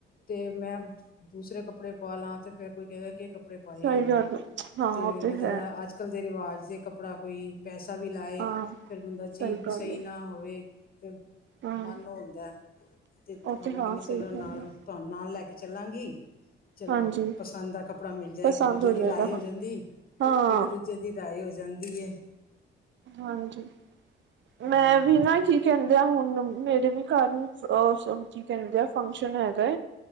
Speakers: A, on the left; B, on the right.
A: ਤੇ ਮੈਂ ਦੂਸਰੇ ਕੱਪੜੇ ਪਾ ਲਾ। ਤੇ ਫੇਰ ਕੋਈ ਕਹਿਗਾ ਕਿ ਕੱ ਕੱਪੜੇ ਪਾਏ
B: ਸਹੀ
A: ਇਹਨੇ,
B: ਗੱਲ ਹਾਂ
A: ਤੇ
B: ਉਹ
A: ਮੈਨੂੰ ਜਿਹੜਾ
B: ਹੈ
A: ਅੱਜ ਕਲ ਦੇ ਰਿਵਾਜ਼ ਦੇ ਕੱਪੜਾ ਕੋਈ, ਪੈਸਾ ਵੀ ਲਾਏ
B: ਹਾਂ
A: ਫਿਰ ਬੰਦਾ ਚੀਜ਼ ਵੀ
B: ਗੱਲ
A: ਸਹੀ
B: ਹੈ
A: ਨਾ ਹੋਵੇ। ਤੇ
B: ਹਾਂ
A: ਮਨ ਹੁੰਦਾ ਐ। ਤੇ ਤਾਂ
B: ਉਹ
A: ਮੈਂ
B: ਹਾਂ
A: ਕਹਿੰਦੀ
B: ਸਹੀ
A: ਚਲੋ ਨਾਲ
B: ਗੱਲ ਹੈ
A: ਤੁਹਾਨੂੰ ਨਾਲ ਲੈ ਕੇ ਚੱਲਾਂਗੀ। ਚਲੋ,
B: ਹਾਂਜੀ
A: ਪਸੰਦ ਦਾ ਕੱਪੜਾ ਮਿਲ ਜਾਏ।
B: ਪਸੰਦ
A: ਇੱਕ ਦੂਜੇ ਦੀ
B: ਜਾਏਗਾ
A: ਰਾਏ
B: ਹਾਂ
A: ਹੋ ਜਾਂਦੀ।
B: ਹਾਂ
A: ਇੱਕ ਦੂਜੇ ਦੀ ਰਾਏ ਹੋ ਜਾਂਦੀ ਏ।
B: ਹਾਂਜੀ।
A: ਹਾਂਜੀ
B: ਮੈਂ ਵੀ ਨਾ ਕੀ ਕਹਿੰਦੇ ਆ ਹੁਣ ਮੇਰੇ ਵੀ ਘਰ ਵਿੱਚ, ਅਹ ਕੀ ਕਹਿੰਦੇ ਐ। ਫੰਕਸ਼ਨ ਹੈਗਾ।